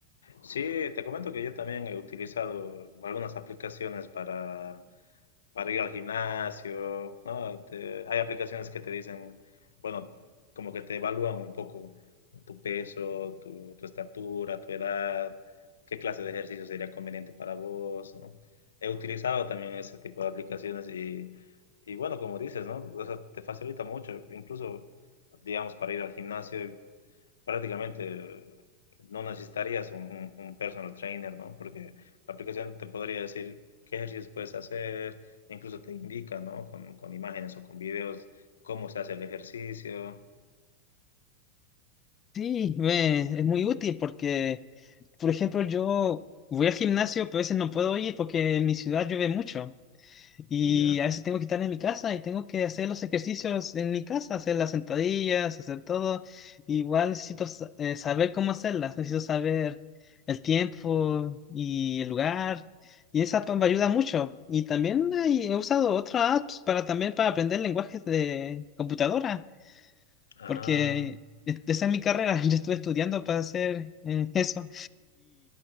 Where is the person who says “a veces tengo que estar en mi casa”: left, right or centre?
Left